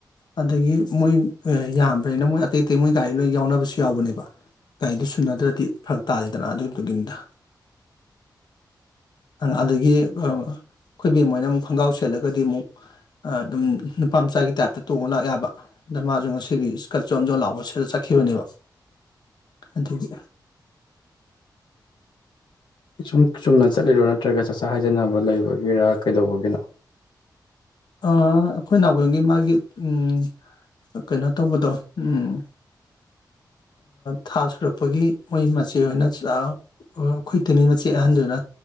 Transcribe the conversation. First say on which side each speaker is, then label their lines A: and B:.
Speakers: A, on the left; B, on the left.
A: ꯑꯗꯒꯤ ꯃꯣꯏ ꯌꯥꯝꯕꯅꯤꯅ ꯃꯣꯏ ꯑꯇꯩ ꯑꯇꯩ ꯃꯣꯏ ꯒꯥꯔꯤ ꯂꯣꯏ ꯌꯥꯎꯅꯕꯁꯨ ꯌꯥꯎꯕꯅꯦꯕ ꯒꯔꯤꯗꯣ ꯁꯨꯅꯗ꯭ꯔꯗꯤ ꯐꯔꯛ ꯇꯥꯔꯦꯗꯅ ꯑꯗꯨꯗꯨꯒꯤꯅꯤꯗ ꯑꯗꯥꯒꯤ ꯈꯣꯏ ꯕꯦꯝꯃ ꯈꯣꯏꯅ ꯑꯃꯨꯛ ꯈꯣꯡꯒ꯭ꯔꯥꯎ ꯁꯦꯠꯂꯒꯗꯤ ꯃꯨꯛ ꯑꯗꯨꯝ ꯅꯨꯄꯥ ꯃꯆꯥꯒꯤ ꯇꯥꯏꯞꯇ ꯇꯣꯡꯉ ꯂꯥꯛ ꯌꯥꯕ ꯑꯗꯥ ꯃꯥꯖꯨ ꯉꯁꯤꯗꯤ ꯁꯀꯠ ꯖꯣꯟꯖꯣꯟ ꯂꯥꯎꯕ ꯁꯦꯠꯂ ꯆꯠꯈꯤꯕꯅꯦꯕ ꯑꯗꯨꯒꯤ
B: ꯁꯨꯝ ꯆꯨꯝꯅ ꯆꯠꯂꯤꯔꯣ ꯅꯠꯇ꯭ꯔꯒ ꯆꯥꯛꯆꯥ ꯍꯥꯏꯖꯅꯕ ꯂꯩꯕꯒꯤꯔꯥ ꯀꯩꯗꯧꯕꯒꯤꯅꯣ
A: ꯑꯥ ꯑꯩꯈꯣꯏ ꯅꯥꯎꯕꯦꯝꯒꯤ ꯃꯥꯒꯤ ꯎꯝ ꯀꯩꯅꯣ ꯇꯧꯕꯗꯣ ꯎꯝ ꯊꯥ ꯁꯨꯔꯛꯄꯒꯤ ꯃꯣꯏ ꯃꯆꯦ ꯍꯣꯏꯅ <unintelligible> ꯈꯣꯏꯇꯣꯅꯤ ꯃꯆꯦ ꯑꯍꯟꯗꯨꯅ